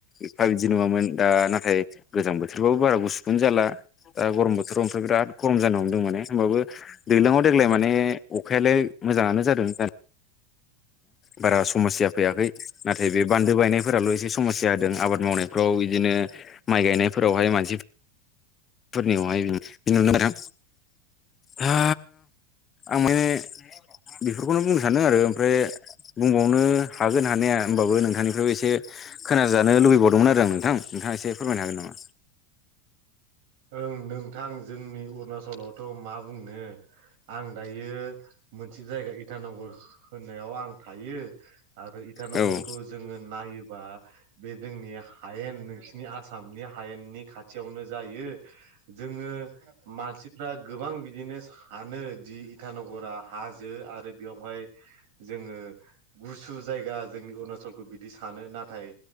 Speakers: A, on the left; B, on the right.
A: एफा बिदि नङामोन दा नाथाय गोजां बोथोरबाबो बारा गुसुखौनो जाला दा गरम बोथोराव ओमफ्राय बिराद गरम जान हांदों माने होमबाबो दैज्लाङाव देग्लाय माने अखायालाय मोजाङानो जादों द बारा समस्या फैयाखै नाथाय बे बान्दो बायनायफोराल' एसे समस्या होदों आबाद मावनायफ्राव बिदिनो माइ गायनायफोरावहाय मानसि पुर्निमाय बिनिनो आरो हा आं माने बेफोरखौनो बुंनो सानदों आरो ओमफ्राय बुंबावनो हागोन हानाया होमबाबो नोंथांनिफ्रायबो एसे खोनाजानो लुबैबावदोंमोन आरो आं नोंथां नोंथाङा एसे फोरमायनो हागोन नामा
B: ओं नोंथां जोंनि अरुणाचलावथ' मा बुंनो आं दायो मोनसे जायगा इटानगर होननायाव आं थायो आरो इटानगरखौ
A: हागोन
B: जोङो नायोबा बे जोंनि हायेन नोंसिनि आसामनि हायेननि खाथियावनो जायो जोङो मानसिफ्रा गोबां बिदिनो सानो दि इटानगरा हाजो आरो बेयावहाय जोङो गुसु जायगा जोंनि अरुणाचलखौ बिदि सानो नाथाय